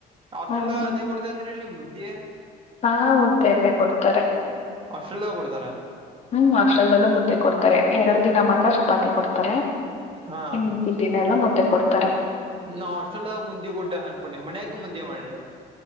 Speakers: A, on the left (about 40°); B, on the right (about 30°).
A: ಹ್ಮ್
B: ಆಲ್ ಅದೇ ಕೊಡ್ತೇ ಅಂದ್ರಿ ನಿಮ್ ಮುುದ್ದಿ
A: ಹಾ ಮುದ್ದೆನ್ನೆ ಕೊಡ್ತಾರೆ
B: ಹಾಸ್ಟೆಲ್ ಕೊಡ್ತಾರೆ
A: ಹ್ಮ್ ಹಾಸ್ಟೆಲ್ದಲ್ಲೂ ಮುದ್ದೆ ಕೊಡ್ತಾರೆ ಎರಡು ದಿನ ಮಾತ್ರ ಚಪಾತಿ ಕೊಡ್ತಾರೆ
B: ಹಾ
A: ಇನ್ ಮಿಕ್ಕಿದ್ ದಿನ ಎಲ್ಲ ಮುದ್ದೆ ಕೊಡ್ತಾರೆ
B: ನಾ ಅಷ್ಟೆಲ್ಲ ಮುದ್ದೆ ಊಟ್ಟ ಅನ್ಕೊಂಡಿ ಮನಯಾಗ ಮುದ್ದೆ ಮಾಡಿರಾ